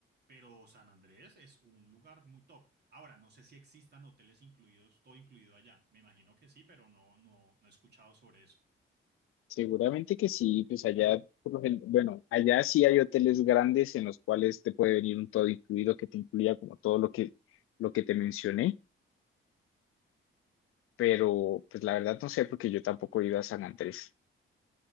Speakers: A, on the right; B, on the left.
A: Pero San Andrés es un lugar muy top. Ahora, no sé si existan hoteles incluidos, todo incluido allá. Me imagino que sí, pero no, no, no he escuchado sobre eso.
B: Seguramente que sí, pues allá, por lo gen- bueno, allá sí hay hoteles grandes en los cuales te puede venir un todo incluido que te incluya como todo lo que, lo que te mencioné, pero pues la verdad no sé porque yo tampoco he ido a San Andrés.